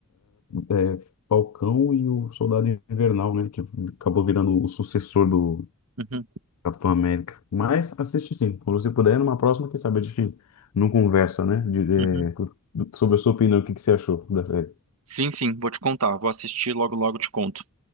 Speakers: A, on the left; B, on the right.
A: É, Falcão e o Soldado Invernal, né? Que acabou virando o sucessor do
B: Uhum,
A: Capitão América. Mas assiste sim, quando você puder, numa próxima, quem sabe a gente não conversa, né? De, de-
B: uhum.
A: sobre a sua opinião, o que que você achou da série.
B: Sim, sim, vou te contar. Vou assistir logo, logo te conto.